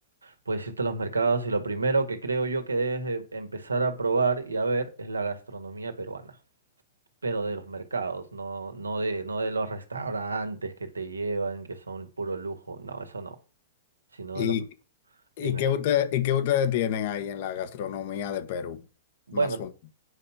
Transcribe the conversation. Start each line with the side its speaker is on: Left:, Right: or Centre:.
Right: Puedes irte a los mercados y lo primero que creo yo que debes de empezar a probar y a ver es la gastronomía peruana, pero de los mercados, no, no de, no de los restaurantes que te llevan, que son puro lujo, no, eso no, sino
Left: ¿Y,
Right: de los...
Left: y
Right: Dime.
Left: qué ustedes, y qué ustedes tienen ahí en la gastronomía de Perú?
Right: Bueno,
Left: Más o